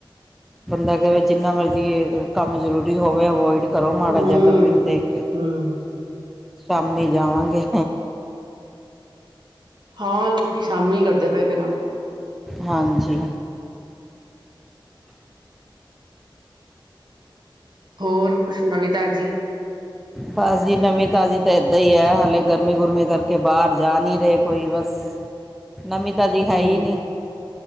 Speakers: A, in the centre; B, on the right.
A: ਬੰਦਾ ਕਵੇ ਜਿੰਨਾ ਮਰਜ਼ੀ ਏ ਕੰਮ ਜ਼ਰੂਰੀ ਹੋਵੇ, ਅਵੋਇਡ ਕਰੋ ਮਾੜਾ
B: ਹਮ
A: ਜਿਹਾ ਗਰਮੀ ਨੂੰ ਦੇਖ ਕੇ।
B: ਹਮ
A: ਸ਼ਾਮੀ ਜਾਵਾਂਗੇ।
B: ਹਾਂ, ਲੋਕੀ ਸ਼ਾਮੀ ਕਰਦੇ ਪਏ ਨੇ ਕੰਮ।
A: ਹਾਂਜੀ।
B: ਹੋਰ ਕੁਛ ਨਵੀਂ ਤਾਜ਼ੀ
A: ਬਸ ਜੀ ਨਵੀਂ ਤਾਜ਼ੀ ਤਾਂ ਏਦਾਂ ਹੀ ਐ, ਹਾਲੇ ਗਰਮੀ ਗੁਰਮੀ ਕਰਕੇ ਬਾਹਰ ਜਾ ਨਹੀਂ ਰਹੇ ਕੋਈ ਬਸ।
B: <inaudible>
A: ਨਵੀਂ ਤਾਂਜੀ ਹੈਈ
B: ਹਮ
A: ਨੀ।